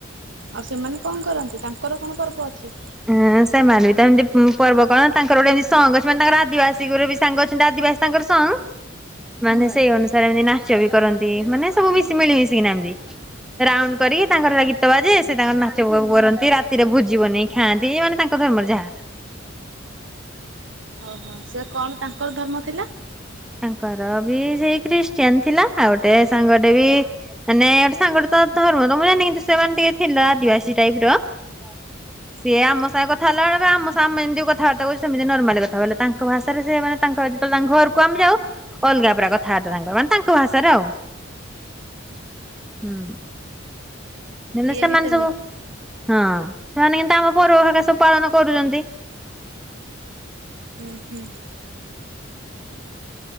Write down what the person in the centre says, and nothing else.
ହୁଁ ସେମାନେ ବି ତ ଏମିତି ପର୍ବ କ'ଣ ତାଙ୍କର ଗୋଟେ ଏମିତି ସଂଙ୍ଗ ଅଛି ତାଙ୍କର ଆଦିବାସୀଙ୍କର ବି ସାଙ୍ଗ ଅଛନ୍ତି। ଆଦିବାସୀ ତାଙ୍କର ସାଙ୍ଗ ମାନେ
ସେଇ ଅନୁ। ମିତି ନାଚ ବି କରନ୍ତି। ମାନେ ସବୁ ମିଶି ମିଳିମଶିକିନା ଏମତି ରାଉଣ୍ଡ କରିକି ତାଙ୍କର ଗୀତ ବାଜେ ସେ ତାଙ୍କର ନାଚ କରନ୍ତି ରାତିରେ ଭୋଜିବ ନେଇକି। ଖାଆନ୍ତି ମାନେ ତାଙ୍କ ଧର୍ମର ଯାହା।
ତାଙ୍କର ବି ସେଇ ଖ୍ରୀଷ୍ଟିଆନ ଥିଲା ଆଉ ଗୋଟେ ସାଙ୍ଗଟେ ବି। ମାନେ ଗୋଟେ ସାଙ୍ଗ ତ ଧର୍ମ ତ ମୁଁ ଜାି କିନ୍ତୁ ସେମାନେ ଟିକେ ଥିଲା ଆଦିବାସୀ ଟାଇପ ର। <inaudible> ସିଏ ଆମ ସାଙ୍ଗରେ କଥା ହେଲା ବେଳେ ପୁରା ଆମ ସାଙ୍ଗେ ଯେମିତି କଥାବାର୍ତ୍ତା କରୁଛୁ ସେମିତି ନର୍ମାଲି କଥା ହବ ତାଙ୍କ ଭାଷାରେ ସେମାନେ ତାଙ୍କ ଯେତେବେଳେ ତାଙ୍କ ଘରକୁ ଆମେ ଯାଉ ଅଲଗା ପୁରା କଥାବାର୍ତ୍ତା ତାଙ୍କର ମାନେ ତାଙ୍କ ଭାଷାରେ ଆଉ ହୁଁ। ଯେତେହେଲେ
ସେମାନେ
ସବୁ ହଁ ସେମାନେ କିନ୍ତୁ ଆମ ପର୍ବ ହେରିକା ସବୁ ପାଳନ କରୁଛନ୍ତି।
<unintelligible>